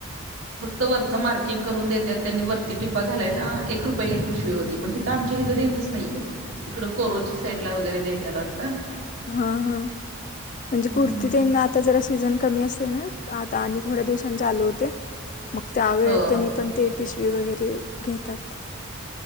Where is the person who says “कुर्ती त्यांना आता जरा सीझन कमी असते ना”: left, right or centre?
Left